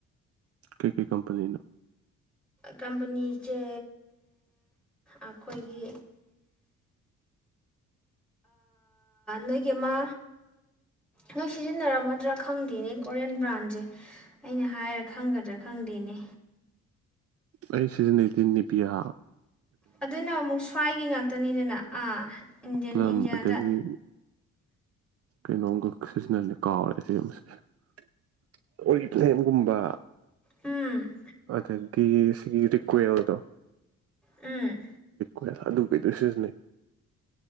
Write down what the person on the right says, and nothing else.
ꯀꯩ ꯀꯔꯤ ꯀꯝꯄꯅꯤꯅ
ꯑꯩ ꯁꯤꯖꯤꯅꯗꯤ ꯅꯨꯅꯤꯄꯤꯌꯥ
ꯄꯂꯝ
ꯑꯗꯒꯤ ꯀꯩꯅꯣꯝꯈꯛ ꯁꯤꯖꯤꯟꯅꯅꯤ ꯀꯥꯎꯔꯦ ꯁꯤꯦꯔꯤ ꯐꯂꯦꯝꯒꯨꯝꯕ
ꯑꯗꯨ ꯒꯤ ꯁꯤꯒꯤ ꯔꯤꯀ꯭ꯋꯦꯜꯗꯣ
ꯍꯣꯏ ꯑꯗꯨ ꯀꯩꯗꯣꯏ ꯁꯤꯖꯤꯟꯅꯩ